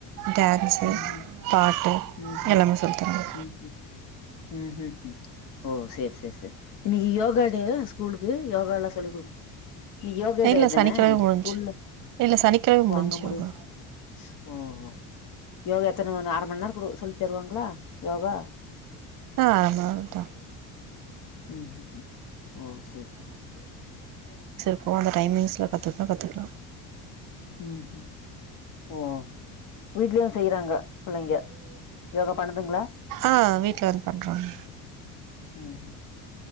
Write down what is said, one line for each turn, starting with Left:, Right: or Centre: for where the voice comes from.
Right: டான்ஸ்சு
Left: ம் ம்
Right: பாட்டு
Left: ம்
Right: எல்லாமே சொல்லித் தரங்க
Left: ம் ம் ம் ம் ம் ஓ சேரி சேரி சேரி இன்னைக்கு யோகா டேவா ஸ்கூலுக்கு யோகால்லா சொல்லிகுடு இன்னிக் யோகா டே
Right: இல்லை
Left: தானே
Right: சனிக்கிழமை முடிஞ்சிச்சு
Left: ஸ்கூல்ல
Right: இல்லை சனிக்கிழமை
Left: ஓ
Right: முடிஞ்சிச்சு
Left: அங்க முடிஞ்
Right: யோகா
Left: ஓ ஓ யோகா எத்தன மணி அரமணி நேரோ சொல்லி தருவாங்களா யோகா
Right: ஆ ஆமாங்கா
Left: ம் ம் ம் ஓ சேரி சேரி
Right: எப்போவு அந்த டைமிங்ஸ்ல கத்துக்கிட்டோம்னா கத்துக்கலாம்
Left: ம் ம் ஓ வீட்ல வந்து செய்றாங்க புள்ளைங்க யோகா பண்ணுதுங்களா
Right: ஆ வீட்ல வந்து பண்றாங்க
Left: ம் ம்